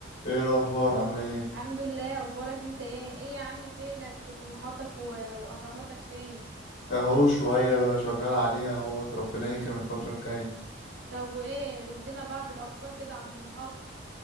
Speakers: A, on the left; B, on the right.
A: ايه الاخبار عامله ايه
B: الحمد لله اخبارك انت ايه ايه يا عمي فينك طموحاتك و- واهراماتك فين
A: اهو شويه بقى شغال عليها اهوت ربنا يكرم الفتره الجايه
B: طب وايه ادينا بعض الافكار كده عن طموحاتك